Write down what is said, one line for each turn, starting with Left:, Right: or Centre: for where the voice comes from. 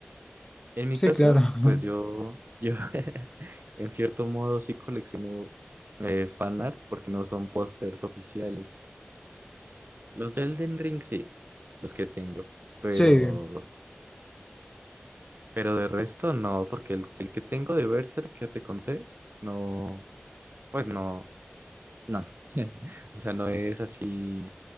Right: En mi
Left: sí,
Right: caso,
Left: claro. <laughs>
Right: pues yo, yo <laughs> en cierto modo sí colecciono eh, fanart porque no son pósters oficiales. Los de Elden Ring sí, los que tengo, pero,
Left: Sí,
Right: pero de resto no, porque el, el que tengo de Berserk que te conté, no, pues no, no. <laughs> O sea, no es así